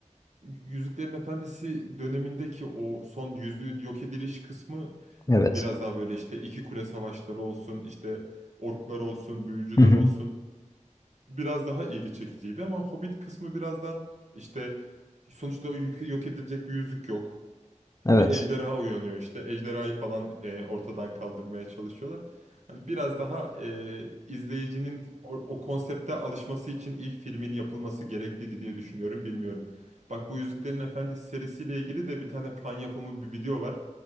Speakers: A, on the right (about 65°); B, on the left (about 25°).
A: Yüzüklerin Efendisi dönemindeki o son yüzüğün yok ediliş kısmı
B: Evet.
A: biraz daha böyle işte iki kule savaşları olsun, işte orklar olsun, büyücüler
B: Hı hı.
A: olsun biraz daha ilgi çekiciydi ama Hobbit kısmı biraz da işte sonuçta o yük- yok edilecek bir yüzük yok.
B: Evet.
A: Bir ejderha uyanıyor işte. Ejderhayı falan e, ortadan kaldırmaya çalışıyorlar. Hani biraz daha e, izleyicinin o, o konsepte alışması için ilk filmin yapılması gerekliydi diye düşünüyorum. Bilmiyorum. Bak bu Yüzüklerin Efendisi serisiyle ilgili de bir tane fan yapımı bir video var.